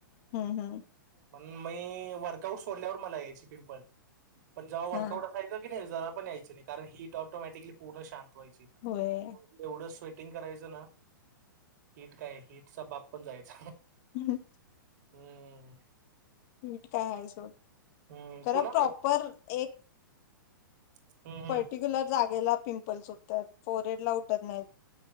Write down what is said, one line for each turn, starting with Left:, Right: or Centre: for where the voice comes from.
Left: ह, ह
Right: पण मी वर्कआउट सोडल्यावर मला यायची पिंपल पण जेव्हा
Left: हा
Right: वर्कउट असयं की नाही जरा ण यायचं नाहि हीट ऑटोमॅटिकली पूर्ण शां व्हायची
Left: होय
Right: एवढ हटिंग करायचं ना हिट काय हिटचा बाप पण जायच
Left: ह
Right: हम्म
Left: हीट काय आहे सोड
Right: हम्म
Left: खरं
Right: कोणाला
Left: प्रॉपर एक
Right: हम्म हम्म
Left: पर्टिक्युलर जागेला पिंपल्स उठत्यात फोरेड ला उटत नाहीत